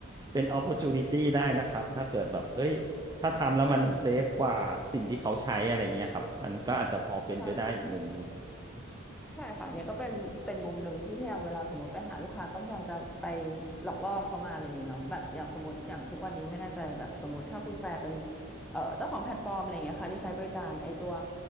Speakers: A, on the right; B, in the centre.
A: เป็น opportunity ได้นะครับถ้าเกิดแบบเอ้ยถ้าทำแล้วมันเซฟกว่าสิ่งที่เขาใช้อะไรเงี้ยครับอันก็อาจจะพอเป็นไปได้อีกมุมหนึ่ง
B: อืมใช่ ใช่ค่ะเนี่ยก็เป็นเป็นมุมหนึ่งที่พยายามเวลาสมมติไปหาลูกค้าก็พยายามจะไปหลอกล่อเขามาอะไรอย่างเงี้ยเนาะแบบอย่างสมมติอย่างทุกวันนี้ไม่แน่ใจแบบสมมติถ้าคุณแฟร์เป็นเอ่อเจ้าของแพลตฟอร์มอะไรอย่างเงี้ยค่ะที่ใช้บริการไอตัว